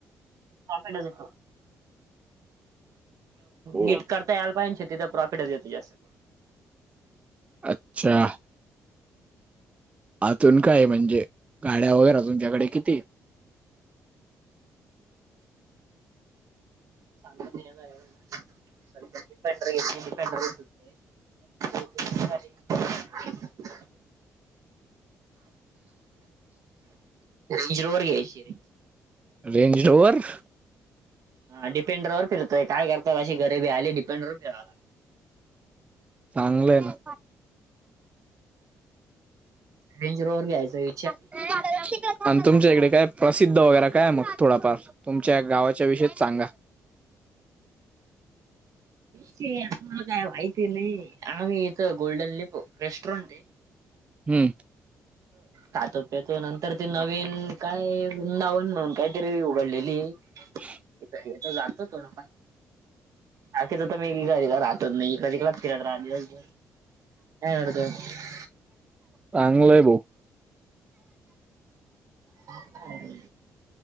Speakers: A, on the right (about 65°); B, on the right (about 20°).
A: प्रॉफिटच येतो
B: हो.
A: नीट करता यायला पाहिेजे ना शेती तर प्रॉफिटच येतं जास्त मग,
B: अच्छा. आतून काय म्हणजे गाड्या वगैरे अजून तुझ्याकडे किती हे?
A: सांग <unintelligible> पढर घेतली पंढर <unintelligible> रिजरोवर घ्यायची रेंगरोअर
B: रेंजरोवर
A: हा. डिेंडर वर फिरतोय काय <unintelligible> अशी गरीबी आली डिपंडर फिराला
B: चांगलंय ना.
A: रेंज रोव्हर घ्यायचय.
B: आणि तुमच्या इकडे काय प्रसिद्ध वगैरे काय मग थोडाफार तुमच्या गावाच्या विषयीत सांगा.
A: ते आम्हाला काय माहिती नाही आम्ही इथ गोल्डन लिप रेस्टॉरंट हे
B: हम्म
A: खातो प्याेतो नंतर ती नवीन काय वृंदावन म्हणून काहीतरी उघडलेली हे
B: <unintelligible>
A: इथथ जातो <unintelligible> हो ना पण बाकीच तर मी राह <unintelligible> नाही कधी कला फिड राली कायतो <unintelligible>
B: चांगलंय भो.
A: ह <unintelligible>